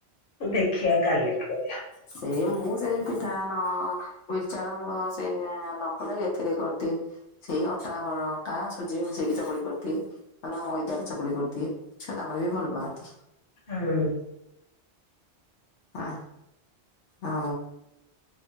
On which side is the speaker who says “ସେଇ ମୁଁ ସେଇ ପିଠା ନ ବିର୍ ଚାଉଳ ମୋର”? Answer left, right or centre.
Left